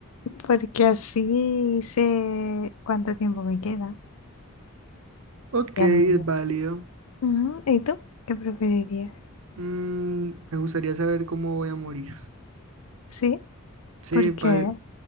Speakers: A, on the left (about 75°); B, on the right (about 65°).
A: porque así sé cuánto tiempo me queda.
B: ok,
A: Ya
B: es
A: lo veo.
B: válido.
A: Ujú, ¿Y tú? ¿Qué preferirías?
B: Mm, me gustaría saber cómo voy a morir.
A: Sí,
B: Sí,
A: porque
B: pa-